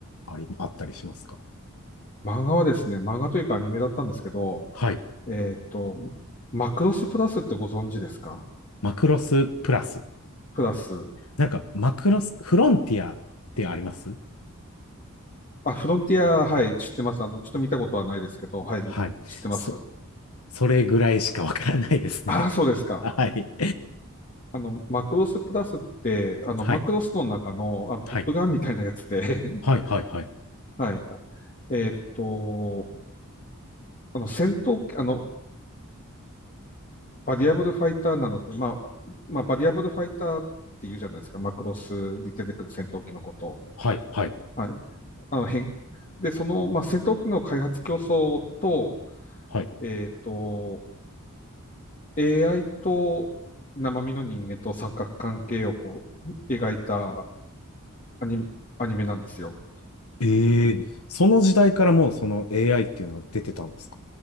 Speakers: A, on the left; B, on the left.
A: あり、あったりしますか
B: 漫画はですね、漫画というかアニメだったんですけど、
A: はい。
B: えっと、マクロスプラスってご存知ですか
A: マクロスプラス。
B: プラス。
A: なんか、マクロス、フロンティアってあります
B: あ、フロンティア、はい、知ってます。あの、ちょっと見たことはないですけど、はい、
A: はい。
B: 知ってます。
A: そ、それぐらいしかわからないですね。
B: ああ、そうですか。
A: <laughs> はい。
B: あの、マクロスプラスって、あの、
A: はい。
B: マクロスの中の、あのトップガンみたいなやつで、
A: はい。はい。はい。はい。
B: <laughs> はい。えーっと、あの、戦闘機、あの、バリアブルファイターなので、まあ、まあ、バリアブルファイターって言うじゃないですか、マクロスに出てくる戦闘機のことを。
A: はい。はい。
B: はい。あの、変、で、その、まあ、戦闘機の開発競争と、
A: はい。
B: えーっと、AI と生身の人間と三角関係をこう描いたアニメ、アニメなんですよ。
A: ええその時代からもうその AI っていうのは出てたんですか